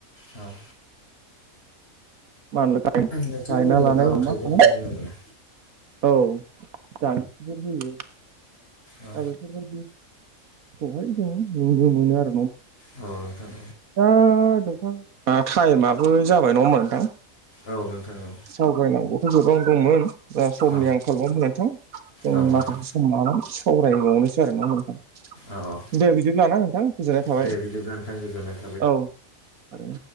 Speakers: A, on the left; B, on the right.
A: औ
B: <unintelligible>
A: नोंथांमोननियाव
B: गायना लानाय
A: गार'
B: अमा
A: थाइबेंखौ
B: खानाय
A: मोनो ना मोना?
B: औ जांसिफोर होयो
A: औ
B: दा बेफोरबायदिखौहाय जों नुनो मोनो आरोना <unintelligible>
A: औ नोंथां
B: दा नोंथां टाइमाबो जाबाय नङा होमबा नोंथां?
A: औ नोंथां औ
B: सावरायनांगौथ' गोबां दंमोन दा समनि
A: औ
B: आंखाल नङा होमबा नोंथां जों
A: औ नोंथां
B: माखासे सम लानानै सावरायबावनोसो आरोना नोंथां
A: औ औ
B: दे बिदिब्ला ना नोंथां गोजोननाय थाबाय।
A: दे <unintelligible> गोजोननाय
B: औ आरो